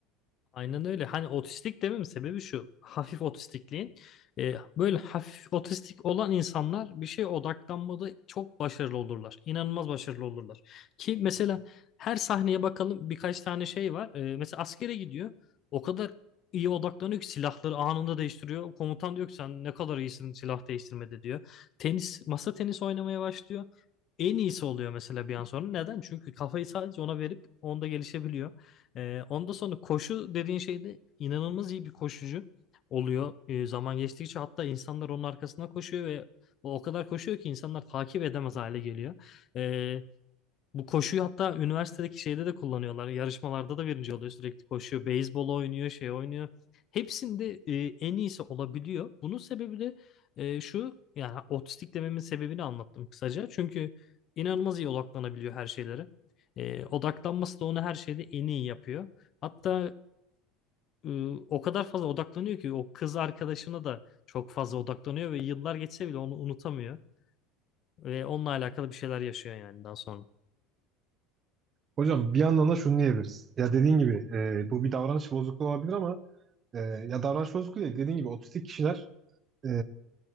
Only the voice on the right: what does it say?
Hocam bir yandan da şunu diyebiliriz. Ya dediğin gibi e, bu bir davranış bozukluğu olabilir ama e, ya davranış bozukluğu değil. Dediğin gibi otistik kişiler e,